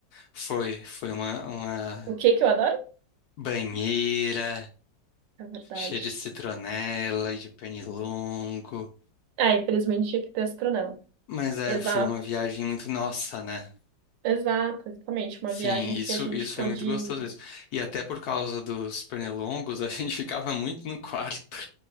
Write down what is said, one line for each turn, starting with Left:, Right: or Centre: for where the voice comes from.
Left: Foi, foi uma, uma
Right: O que que eu adoro?
Left: banheira
Right: É verdade.
Left: cheia de citronela e de pernilongo.
Right: É, infelizmente tinha que ter astronauta.
Left: Mas é,
Right: Exato,
Left: foi uma viagem muito nossa, né?
Right: exato, exatamente. Uma
Left: Sim,
Right: viagem
Left: isso,
Right: que a gente
Left: isso
Right: pôde.
Left: foi muito gostoso mesmo. E até por causa dos pernilongos, a <laughs> gente ficava muito no quarto,